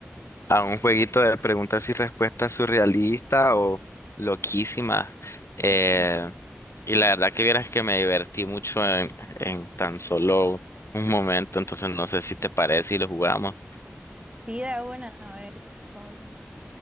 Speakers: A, on the left; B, on the right.
A: a un jueguito de preguntas y respuestas surrealista o loquísima. Eh,
B: Oh.
A: y la verdad que vieras que me divertí mucho en, en tan solo un momento, entonces no sé si te parece y lo jugamos.
B: Sí, de una, a ver, qué- cómo-